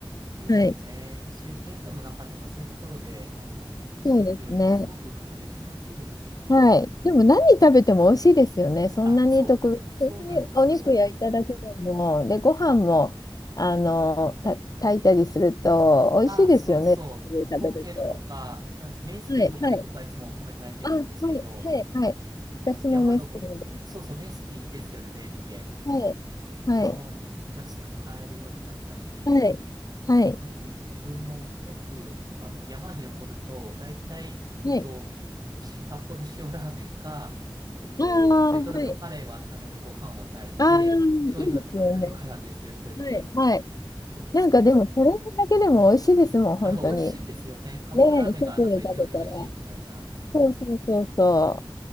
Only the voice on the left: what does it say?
す。
はい。
そうですね。はい。でも何食べても美味しいですよね。そんなに特別、
本当にお肉焼いただけでも、で、ご飯も、あの、た、炊いたりすると美味しいですよね。
食べると。
はい、はい。あ、はい、はい、はい。
私もメスティンで。
はい、
はい、はい、はい、
はい。
ああ、
はい。ああ、
いいですよね。
はい、はい。
なんかでも、それだけでも美味しいですもん、本当に。
ねえ、外で食べたら。そうそうそうそう。